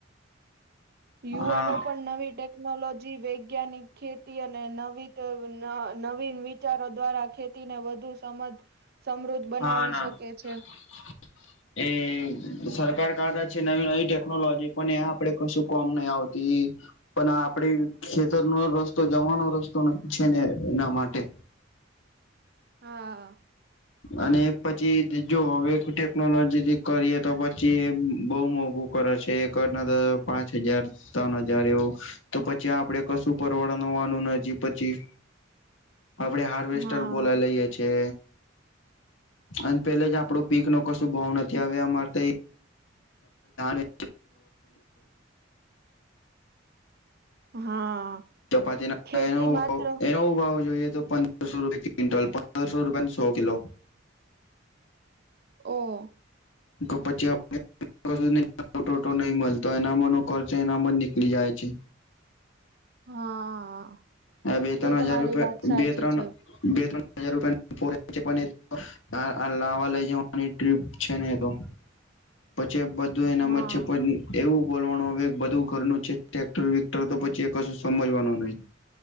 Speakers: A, on the left; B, on the right.
A: હા
B: યુવાનો પણ નવી ટેક કનોલોજી વૈજ્ઞાનિક ખેતી અને નવી ન નવી વિચારો દ્વારા ખેતીને વધુ સમજ સમૃદ્ધ બનાવી
A: હા ના
B: શકે છે.
A: <inaudible> એ સરકાર કાદા છે, નવી નવી ટેકનોલોજી પણ એ આપડે કશું કોમ નહી આવતી પન આપડે ખેતરનો રસ્તો જવાનો રસ્તો છે, ને એના માટે
B: હા.
A: અને પછી જો હવે ટેકનોલોજીથી કરીએ તો પછી એ બોવ મોઘું કરે છે એક ના પાંચ હજાર ત્રન હજાર એવું તો પછી આપડે કશું પરવડ નવાનું નજી પછી આપડે હાર્વેસ્ટર
B: હા
A: બોલાય લઈએ છે. અને પેલે જ આપડો પીક નો કશું ભાવ નથી આવે અમારે તો <unintelligible>
B: હા.
A: ચપાતી ના
B: ખેતી
A: એનો
B: માત્ર
A: એનો ભાવ જોઈએ તો પં દરસો રૂપિયા કિન્ટલ પંદરસો રૂપિયાનો સો કિલો
B: ઓ.
A: કે પછી આપણે <unintelligible> ટોટો નહી મળતો એનામાં નો ખર્ચ એનામાં જ નીકળી જાય છે.
B: હા.
A: આ બે ત્રણ
B: એ તમારી
A: હજાર રૂપિયા
B: વાત સાચી
A: બે ત્રણ
B: છે
A: બે ત્રણ હજાર રૂપિયાનો <unintelligible> હ આ લાવા લઈ જવાની ટ્રીપ છે ને તો પછી તો એનામ
B: હા
A: જ છે પણ એવું બોલવાનું હવે બધું ઘરનું છે ટ્રેક્ટર વિક્ટર તો પછી કશું સમજવાનું નહી